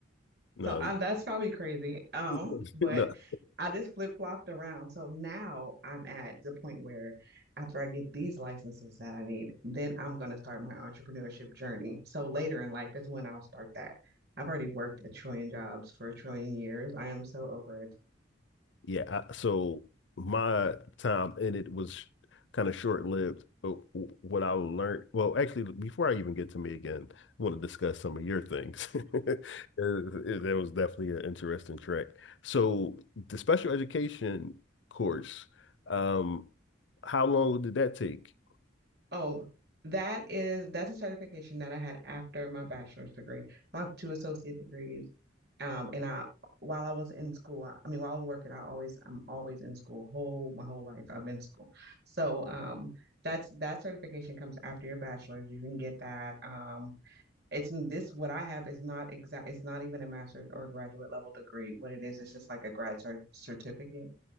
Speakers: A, on the left (about 70°); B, on the right (about 55°).
A: No,
B: So I, that's probably crazy. Um,
A: <laughs>
B: but
A: no,
B: I just flip-flopped around. So now I'm at the point where after I get these licenses that I need, then I'm going to start my entrepreneurship journey. So later in life is when I'll start that. I've already worked a trillion jobs for a trillion years. I am so over it.
A: Yeah, I, so my time in it was kind of short-lived. Uh, What I learned, well, actually, before I even get to me again, I want to discuss some of your things. <laughs> It- it- That was definitely an interesting track. So the special education course, um, how long did that take?
B: Oh, that is that's a certification that I had after my bachelor's degree. I have two associate degrees. Um, and I while I was in school, I, I mean while I was working, I always I'm always in school. Whole my whole life I've been in school. So um that's that certification comes after your bachelor's. You can get that. Um it's this what I have is not exact it's not even a master's or graduate level degree. What it is, it's just like a grad cer certificate.